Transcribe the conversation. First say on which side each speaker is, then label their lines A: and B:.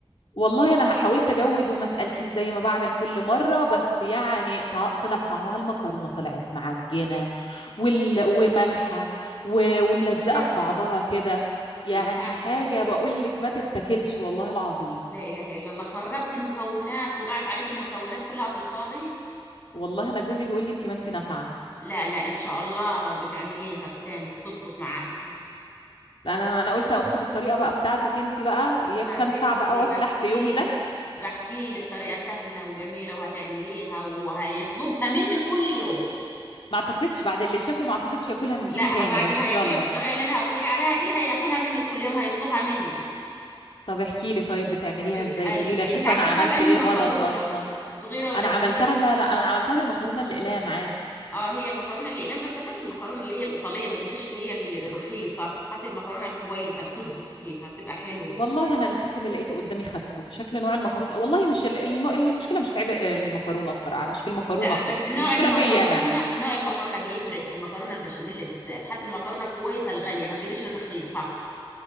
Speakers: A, on the left; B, on the left.
A: والله انا حاولت اجود وما اسالكيش زي ما بعمل كل مره بس يعني ط- طلع طعمها المكرونه طلعت معجنه وال... ومالحه و... وملزقه
B: لا
A: في
B: لا
A: بعضها كده يعني
B: لا أنا
A: حاجه
B: بحكي
A: بقول لك ما تتاكلش والله العظيم
B: لا إله إلا الله خربت المكونات وضاعت عليك المكونات كلها في الفاضي
A: والله انا جوزي بيقول لي انت ما انت نافعه
B: لا لا إن شاء الله بتعمليها بتاني بتظبط معاكي
A: انا انا قلت اخد الطريقه بقى بتاعتك انت بقى اياكش
B: حبيبتي
A: انفع بقى وافلح
B: بحكي
A: في يومي ده
B: لك بحكي لك طريقة سهلة وجميلة وهتعمليها وهيطلبها منك كل يوم
A: ما اعتقدش بعد اللي شافه ما اعتقدش ياكلها من ايدي
B: لا
A: تاني
B: بعد
A: بس
B: ما هياكلها
A: يلا
B: بالطريقة اللي أنا هقول لك عليها دي هياكلها منك كل يوم هيطلبها منك
A: طب احكي لي طيب بتعمليها
B: حبيبة
A: ازاي
B: قلبي
A: قولي لي اشوف
B: انت عملتها
A: انا عملت
B: بأنهي
A: ايه
B: مكرونة
A: غلط اصلا
B: صغيرة ولا
A: انا
B: كبيرة
A: عملتها لا لا انا عملتها بالمكرونه الاقلام عادي
B: اه هي المكرونة الأقلام بس هات المكرونة اللي هي الإيطالية ما تجيبش اللي هي ال- الرخيصة هات المكرونة الكويسة بتظبط فيها بتبقى حلوة
A: والله انا الكيس اللي لقيته قدامي خدته شكل نوع المكرونه والله مش ال- الم... المشكله مش في عيب المكرونه الصراحه مش في المكرونه
B: لا
A: خالص
B: بس نوع
A: المشكله
B: المكرونة
A: فيا انا
B: نوع المكرونة بيفرق في المكرونة البشاميل بالذات هات المكرونة الكويسة الغالية ما تجيبش الرخيصة